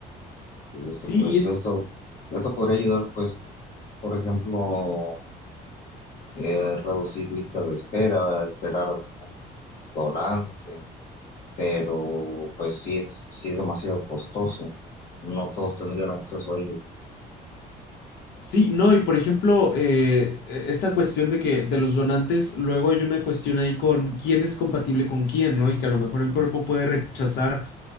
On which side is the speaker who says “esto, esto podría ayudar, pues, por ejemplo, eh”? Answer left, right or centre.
Left